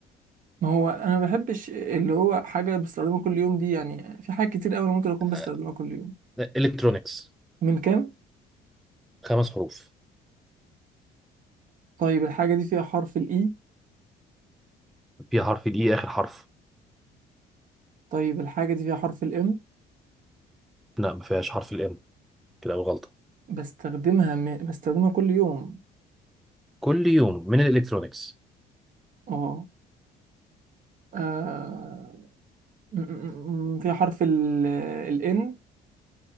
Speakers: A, on the right (about 50°); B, in the centre.
A: ما هو انا ما بحبش اللي هو حاجه بستخدمها كل يوم دي يعني في حاجات كتير قوي انا ممكن اكون بستخدمها
B: أه
A: كل يوم
B: الكترونيكس
A: من كام
B: خمس حروف
A: طيب الحاجه دي فيها حرف الاي
B: فيها حرف الإي آخر حرف
A: طيب الحاجه دي فيها حرف الام
B: لا ما فيهاش حرف الإم كده أول غلطة
A: بستخدمها م... بستخدمها كل يوم
B: كل يوم من الإلكترونيكس
A: اه آه، م- م- م- في حرف ال ال N